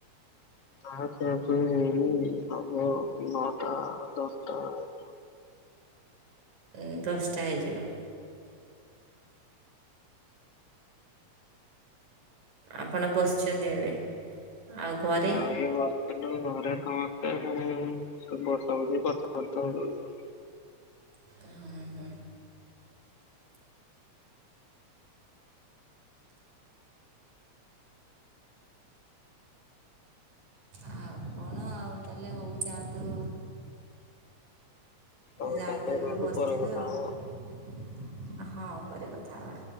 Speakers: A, on the left (about 60°); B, on the right (about 80°).
A: ନା ଖିଆ ଖୁଇ ହେଇନି ହବ ନଅଟା ଦଶଟା ଏଳେ।
B: ଏ ଦଶଟା ହେଇଯିବ। ଆପଣ ବସିଛନ୍ତି ଏବେ ଆଉ ଘରେ
A: ଆମେ ଏଇ ବସିଥିଲୁ ଘରେ କନ <unintelligible> ହୁଁ ବସା ବୁସି କଥା ବାର୍ତ୍ତା ହେଉ
B: ଉଁହୁ। ଆଉ କଣ ଆଉ ତାହେଲେ ହଉ ଯାଆନ୍ତୁ।
A: ହଉ
B: ଯାଆନ୍ତୁ
A: ତାହେଲେ
B: ଏବେ
A: ରୁହନ୍ତୁ
B: ବସିଥିବେ
A: ପରେ କଥା
B: ଆଉ
A: ହବା।
B: ହଁ ପରେ କଥା ହବା।